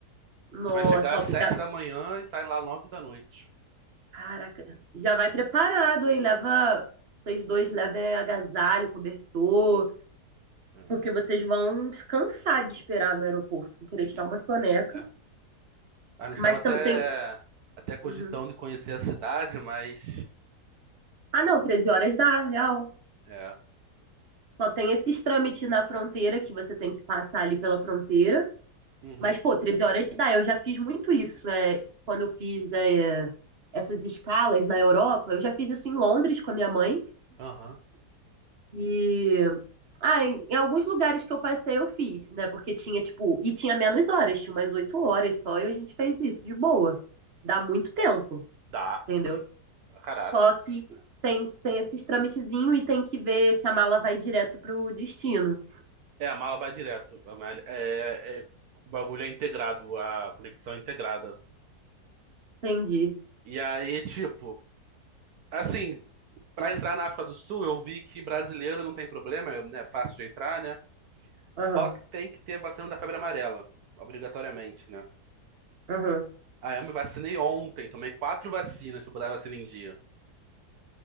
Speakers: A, on the right; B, on the right.
A: Nossa,
B: gente vai chegar às
A: ó,
B: 7
A: já...
B: da manhã e sai lá nove da noite.
A: caraca. Já vai preparado, hein? Leva. Vocês dois levem agasalho, cobertor.
B: É,
A: Porque vocês vão se cansar de esperar no aeroporto, vão querer
B: 20,
A: tirar uma soneca.
B: é. A gente estava
A: Mas
B: até,
A: também tem.
B: até cogitando
A: Uhum.
B: de conhecer a cidade, mas,
A: Ah, não, 13 horas dá, real.
B: é,
A: Só tem esses trâmites na fronteira que você tem que passar ali pela fronteira.
B: uhum,
A: Mas, pô, 13 horas dá. Eu já fiz muito isso. É, quando eu fiz é, essas escalas na Europa, eu já fiz isso em Londres com a minha mãe.
B: aham,
A: E. Ah, em, em alguns lugares que eu passei, eu fiz, né? Porque tinha, tipo. E tinha menos horas, tinha umas 8 horas só, e a gente fez isso de boa. Dá muito tempo.
B: dá,
A: entendeu?
B: pra caraca.
A: Só que tem, tem esses trâmitezinho e tem que ver se a mala vai direto pro destino.
B: É, a mala vai direto. A malha- é, é- o bagulho é integrado, a conexão é integrada.
A: Entendi.
B: E aí, tipo, assim, pra entrar na África do Sul, eu vi que brasileiro não tem problema, é né, fácil de entrar, né? Só
A: Aham,
B: que tem que ter vacina da febre amarela, obrigatoriamente, né?
A: aham.
B: Aí eu me vacinei ontem, tomei quatro vacinas pra botar a vacina em dia,